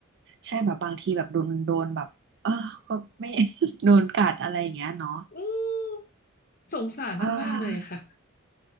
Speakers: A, on the right; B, on the left.
A: ใช่แบบบางทีแบบโดนโดนแบบเออก็ไม่ <laughs> โดนกัดอะไรอย่างเงี้ยเนาะ
B: อืมสงสารมันมากเลยค่ะ
A: เออ